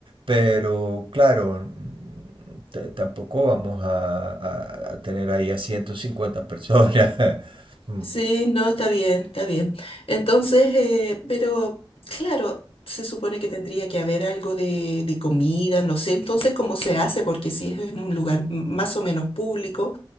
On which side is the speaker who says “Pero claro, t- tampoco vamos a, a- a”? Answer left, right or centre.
Right